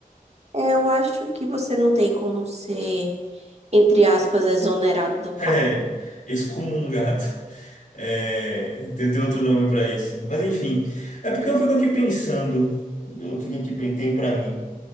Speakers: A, on the right; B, on the left.
A: É, Eu acho que você não tem como ser, entre aspas, exonerado do
B: <laughs>
A: cargo,
B: É, excomungado. É, tem, tem outro nome para isso. Mas enfim, é porque eu fico aqui pensando, eu fico aqui pen- tenho para mim.